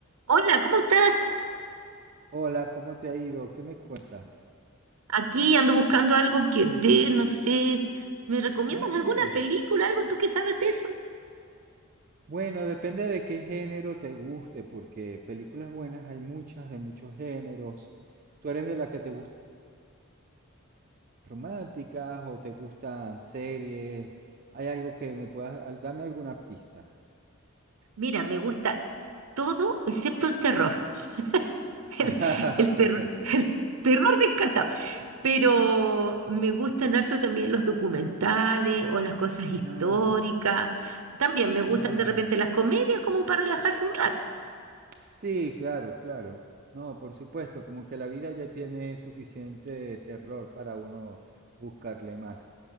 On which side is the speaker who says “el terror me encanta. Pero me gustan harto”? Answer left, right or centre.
Right